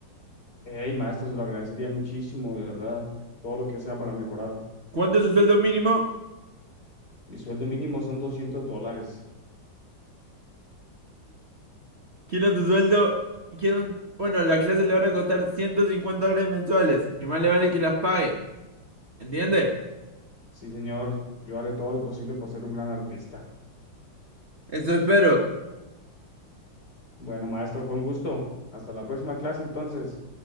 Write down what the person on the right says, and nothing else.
¿Cuánto es su sueldo mínimo?
Quiero tu sueldo, quiero un... Bueno, las clases le van a costar 150 dólares mensuales y más le vale que las pague, ¿entiende?
Eso espero.